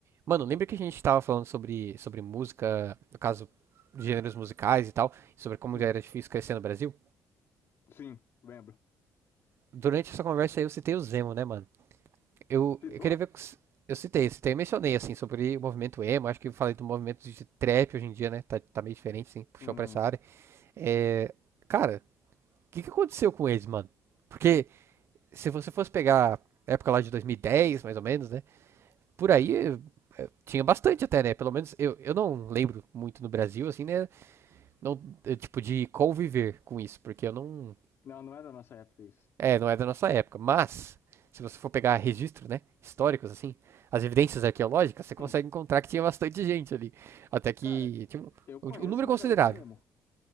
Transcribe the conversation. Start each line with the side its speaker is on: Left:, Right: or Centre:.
Right: Mano, lembra que a gente tava falando sobre, sobre música, no caso, gêneros musicais e tal, sobre como
Left: Sim,
Right: já era difícil crescer no Brasil?
Left: sim, lembro.
Right: Durante essa conversa aí eu citei o Zemo, né, mano? Eu,
Left: pitou
Right: eu queria ver. com s- Eu citei, citei, mencionei, assim, sobre o movimento emo. Acho que eu falei do movimento de trap hoje em dia, né? Tá, tá meio diferente, assim, puxou
Left: Hum,
Right: pra essa área. É. Cara, o que que aconteceu com eles, mano? Porque se você fosse pegar a época lá de 2010, mais ou menos, né? Por aí eh, tinha bastante até, né? Pelo menos eu, eu não lembro muito no Brasil, assim, né? Não, é, tipo, de conviver com isso, porque eu não.
Left: não, não é da nossa época isso.
Right: É, não é da nossa época. Mas, se você for pegar registro, né? Históricos, assim, as evidências arqueológicas, você
Left: Hum,
Right: consegue encontrar que tinha bastante <laughs> gente ali. Até que.
Left: Cara,
Right: Tinha um,
Left: eu conheço
Right: um um número
Left: uma
Right: considerável.
Left: garota emo.